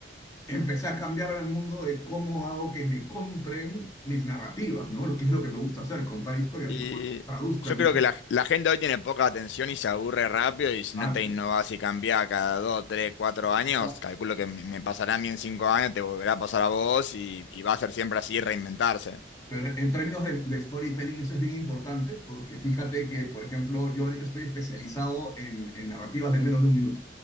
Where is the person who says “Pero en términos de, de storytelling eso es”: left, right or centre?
Left